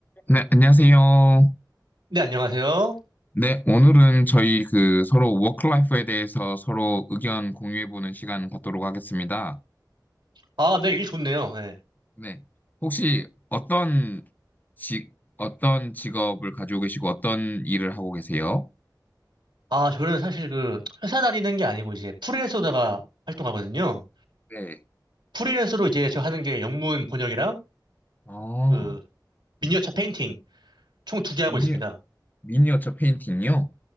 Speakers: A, on the left; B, on the right.
A: 네, 안녕하세요.
B: 네, 안녕하세요.
A: 네, 오늘은 저희 그 서로 워크라이프에 대해서 서로 의견 공유해보는 시간 갖도록 하겠습니다.
B: 아, 네, 일 좋네요. 예.
A: 네, 혹시 어떤 직, 어떤 직업을 가지고 계시고 어떤 일을 하고 계세요?
B: 아, 저는 사실 그 회사 다니는 게 아니고 이제 프리랜서다가 활동하거든요.
A: 네.
B: 프리랜서로 이제 저 하는 게 영문 번역이랑
A: 아,
B: 그 미니어처 페인팅 총 두 개
A: 미니,
B: 하고 있습니다.
A: 미니어처 페인팅이요?